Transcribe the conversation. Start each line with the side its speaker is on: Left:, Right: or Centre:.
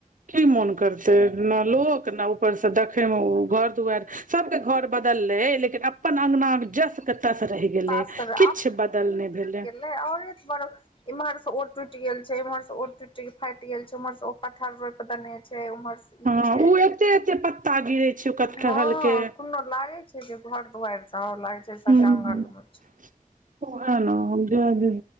Right: की मोन करतै न लोक न ऊपर स दखै मे घर दुआरि सबके घर बदललै लेकिन अपन अगंना जस के तस रहि गेलै
Left: तासर
Right: किछु बदल नहि भेलै
Left: आओर एक बड़ इम्हर से ओ टूटि गेल छै इम्हर से टूट के फाटि गेल छै उमहर ओ कठहर रोप देने छै उम्हर से
Right: हँ
Left: ई छै
Right: उ एते एते पत्ता गिरे छै कटहल
Left: हँ
Right: के
Left: कोनो लागे छै जे घर दुआरि लागै छै
Right: ह
Left: सब जंगल मे छै
Right: औहे न जे दिहिन